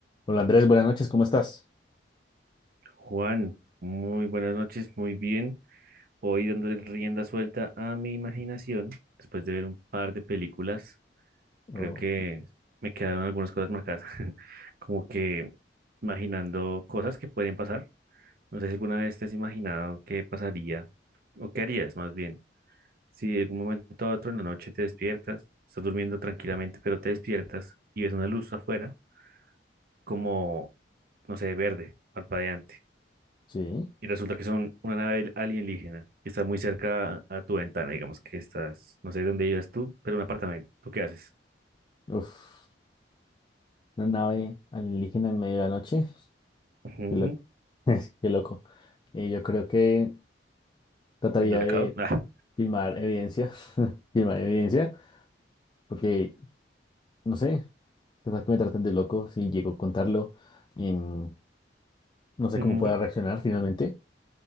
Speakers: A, on the left (about 25°); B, on the right (about 55°).
A: Hola Andrés, buenas noches, ¿cómo estás?
B: Juan, muy buenas noches, muy bien. Hoy dándole rienda suelta a mi imaginación, después de ver un par de películas,
A: Oh,
B: creo que me quedaron algunas cosas marcadas, <laughs> como que imaginando cosas que pueden pasar. No sé si alguna vez te has imaginado qué pasaría o qué harías más bien. Si en algún momento a otro en la noche te despiertas, estás durmiendo tranquilamente, pero te despiertas y ves una luz afuera como, no sé, verde, parpadeante
A: sí,
B: y resulta que son una nave alienígena que está muy cerca a tu ventana, digamos que estás, no sé dónde vives tú, pero un apartamento. ¿Tú qué haces?
A: uf, una nave alienígena en medio de la noche,
B: Ujú,
A: qué loco, <laughs> qué loco. Eh, yo creo que trataría
B: El blackout.
A: de
B: Ah,
A: filmar evidencia, <laughs> filmar evidencia, porque no sé, quizás que me traten de loco si llego a contarlo, em, no sé
B: ujú,
A: cómo pueda reaccionar finalmente,